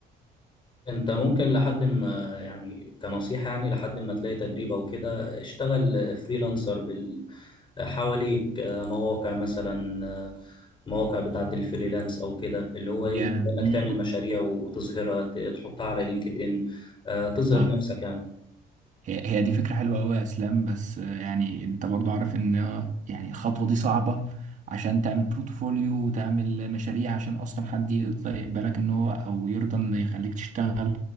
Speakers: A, on the left; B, on the right.
A: انت ممكن لحد ما يعني كنصيحة يعني لحد ما تلاقي تدريب او كده اشتغل فريلانسر بال حواليك آه، مواقع مثلا آه، مواقع بتاعة الفريلانس او كده اللي هو ايه
B: هي
A: تبقى
B: دي
A: انك تعمل مشاريع وتظهرها ت- تحطها على لينكد ان آه، تظهر
B: اه
A: نفسك يعني
B: هي هي دي فكرة حلوة أوي يا إسلام بس آه، يعني أنت برضو عارف إن آه، يعني الخطوة دي صعبة عشان تعمل بورتفوليو وتعمل مشاريع عشان أصلا حد يرضى يقبلك إن هو أو يرضى إن يخليك تشتغل